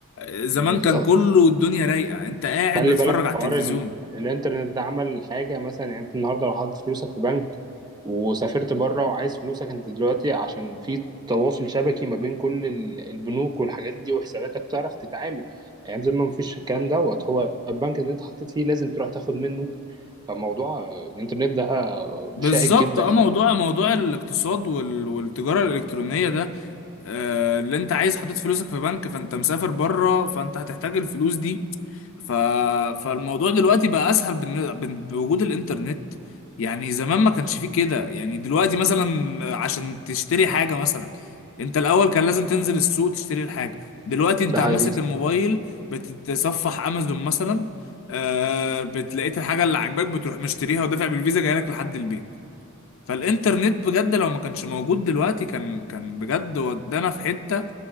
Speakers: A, on the left; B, on the right.
A: زمان
B: بالظبط
A: كان كله الدنيا رايقه انت قاعد
B: خلي
A: بتتفرج
B: بالك حوار
A: على التلفزيون
B: ال... الانترنت ده عمل حاجة مثلا يعني انت النهاردة لو حاطط فلوسك في بنك وسافرت بره وعايز فلوسك انت دلوقتي عشان في تواصل شبكي ما بين كل ال- البنوك والحاجات دي وحساباتك تعرف تتعامل ايام زمان ما فيش الكلام دوت هو البنك اللي انت حطيت فيه لازم تروح تاخد منه فموضوع الانترنت ده
A: بالظبط
B: شائك جدا
A: اه موضوع موضوع الاقتصاد وال... والتجاره الالكترونيه ده آه اللي انت عايز حاطط فلوسك في بنك فانت مسافر بره فانت هتحتاج الفلوس دي ف... فالموضوع دلوقتي بقى اسهل بالن... بن- بوجود الانترنت يعني زمان ما كانش فيه كده يعني دلوقتي مثلا عشان تشتري حاجة مثلا انت الاول كان لازم تنزل السوق تشتري الحاجة دلوقتي انت
B: ده
A: عم
B: حقيقي
A: ماسك الموبايل بتتصفح امازون مثلا آه بتلاقيت الحاجة اللي عاجباك بتروح مشتريها ودافع بالفيزا جايلك لحد البيت فالانترنت بجد لو ما كانش موجود دلوقتي كان كان بجد ودانا في حتة